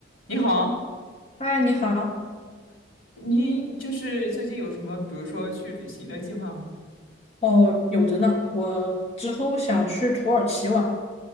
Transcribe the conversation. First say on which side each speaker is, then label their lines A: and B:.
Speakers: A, on the left (about 85°); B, on the left (about 30°).
A: 你好，
B: 嗨，你好。
A: 你就是最近有什么，比如说去旅行的计划吗？
B: 哦，有的呢。我之后想去土耳其玩，